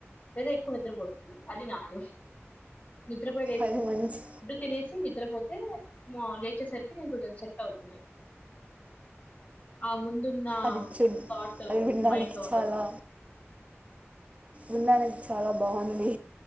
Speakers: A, on the left; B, on the right.
A: నేనే ఎక్కువ నిద్రపోత అది నాకు నిద్రపోయి లేచ్
B: అది మంచి
A: ఫుడ్డు తినేసి నిద్రపోతే మోర్న్ లే చ్చేరిసారికి కొంచెం సెట్ అవుతుంది అవును దున్న
B: అది చూ
A: థాట్
B: అది వినడానికి
A: మైండ్ లో
B: చాలా
A: ఉండకు
B: ఉన్నాననికి చాలా బాగుంది